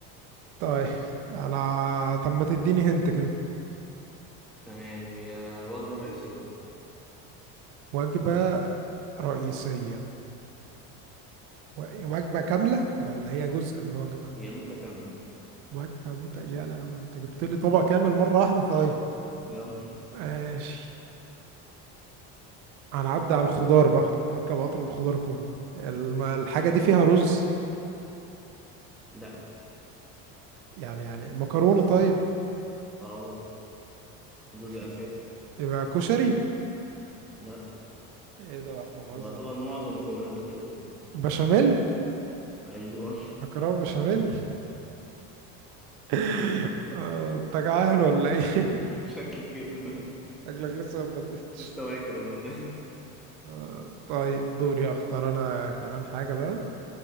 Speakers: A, on the right (about 75°); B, in the centre.
A: طيب على طب ما تديني هنت كده
B: تمام هي وجبة رئيسية
A: وجبة رئيسية و- وجبة كاملة ولا هي جزء من وجبة
B: هي متكاملة
A: وجبة مت يا لهوي انت جبت لي طبق كامل مرة واحدة طيب
B: يلا
A: ماشي هنعدي على الخضار بقى نركب قطر الخضار كله الم- الحاجة دي فيها رز
B: لا
A: يعني يعني مكرونة طيب
B: اه جزء
A: في-
B: اساسي
A: يبقى كشري
B: لا
A: ايه ده احنا بنهزر
B: ويعتبر معظم مكوناتها هي
A: بشاميل
B: ايوه
A: مكرونة بشاميل <laughs> آه، انت جعان ولا ايه <laughs>
B: <laughs> شكل كده
A: شكلك لسه ما اتغديتش
B: لسه واكل والله
A: آه، طيب دوري هختار انا كمان حاجة بقى